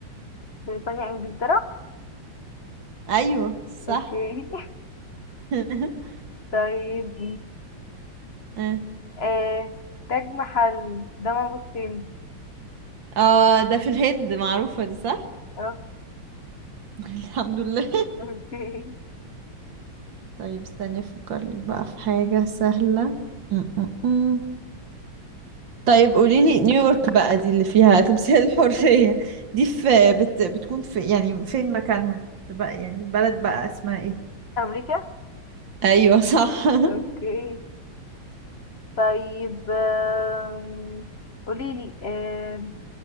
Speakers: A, on the left (about 45°); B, on the right (about 65°).
A: بريطانيا انجلترا
B: ايوه صح
A: اوكي
B: <laughs>
A: <laughs> طيب
B: اه
A: آه، تاج محل ده موجود فين؟
B: آه، ده في الهند معروفة دي صح
A: اه
B: <laughs> الحمد لله
A: اوكي
B: طيب استني افكر لك بقى في حاجة سهلة م- م- م. طيب قوليلي نيويورك بقى دي اللي فيها تمثال الحرية دي في بت بتكون في يعني فين مكانها في بقى يعني بلد بقى اسمها ايه
A: أمريكا؟
B: ايوه صح <laughs>
A: اوكي طيب آم، قوليلي آم،